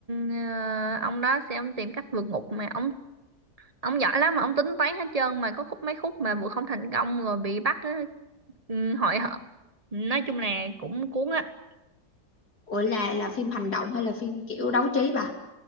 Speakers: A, on the right; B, on the left.
A: ờ, ông đó sẽ ông tìm cách vượt ngục mà ông ông giỏi lắm mà ông tính toán hết trơn mà có khúc mấy khúc mà vượt không thành công rồi bị bắt á, ừ, hội họp. Nói chung là cũng cuốn á,
B: Ủa là là phim hành động hay là phim kiểu đấu trí bà?